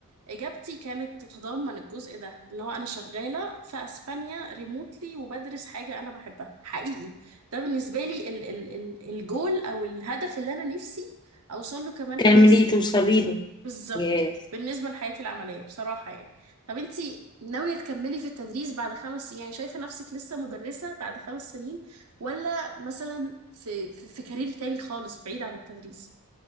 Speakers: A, on the right; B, on the left.
A: اجابتي كانت تتضمن الجزء ده اللي هو انا شغالة في اسبانيا ريموتلي وبدرس حاجة انا بحبها حقيقي ده بالنسبة لي ال ال ال الجول او الهدف اللي انا نفسي اوصل له كمان
B: تعملي
A: خمس سنين
B: توصلي له
A: بالظبط
B: ياه.
A: بالنسبة لحياتي العملية بصراحة يعني طب انتي ناوية تكملي في التدريس بعد خمس سنين يعني شايفة نفسك لسه مدرسة بعد خمس سنين ولا مثلا في في, في كارير تاني خالص بعيد عن التدريس